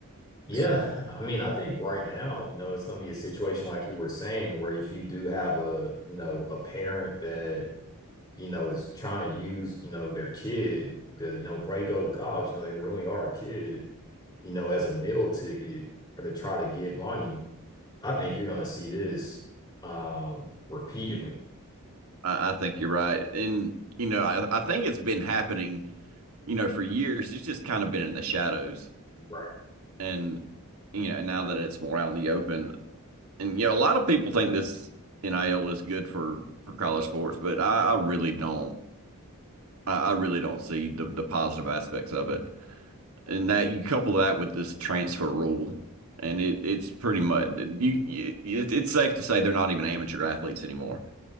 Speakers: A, on the left; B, on the right.
A: yeah,
B: S-
A: I mean, I think right now, you know, it's gonna be a situation like you were saying, where if you do have a, you know, a parent that you know, is trying to use, you know, their kid because, you know, before they go to college, you know, they really are a kid, you know, as a meal ticket or to try to get money. I think you're going to see this um, repeatedly.
B: I, I think you're right. And you know, I, I think it's been happening, you know, for years. It's just kind of been in the shadows
A: Right.
B: and you know, and now that it's more out in the open, and you know, a lot of people think this NIL is good for for college sports, but I, I really don't. I, I really don't see the the positive aspects of it. And that you couple that with this transfer rule, and it it's pretty much you. you it, it's safe to say they're not even amateur athletes anymore,